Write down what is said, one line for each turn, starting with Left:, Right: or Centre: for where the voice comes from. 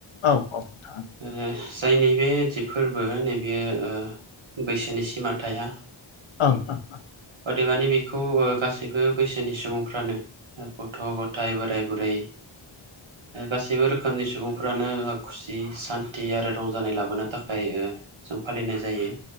Left: औ औ नोंथां
Right: <unintelligible> जाय नैबे जि फोरबो नैबे ओ बैसोनि सिमा थाया
Left: औं औं औ।
Right: अदेबानि बेखौ ओ गासैबो बैसोनि सुबुंफ्रानो गथ' गथाय बोराय बुरै गासैबो रोखोमनि सुबुंफ्रानो खुसि जि सान्थि आरो रंजानाय लाबोनो थाखाय जों फालिनाय जायो।